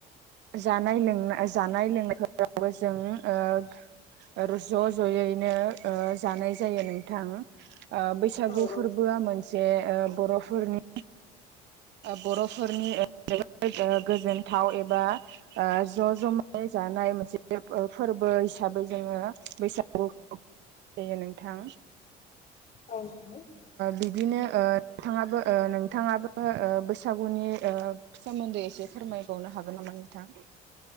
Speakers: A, on the right; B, on the left.
A: जानाय-लोंनाय जानाय लोंनायफोरावबो जों ज जयैनो जानाय जायो नोंथां बैसागु
B: औ
A: फोरबोआ
B: औ
A: मोनसे। जे ओ बर'फोरनि बर'फोरनि जे गोजोनथाव एबा ज जयै जानाय मोनसे फोर फोरबो हिसाबै जोङो बैसागु। नोंथां
B: औ नंगौ।
A: बिदिनो नोंथाङाबो नोंथाङाबो बैसागुनि सोमोन्दै एसे फोरमायबावनो हागोन नामा? नोंथां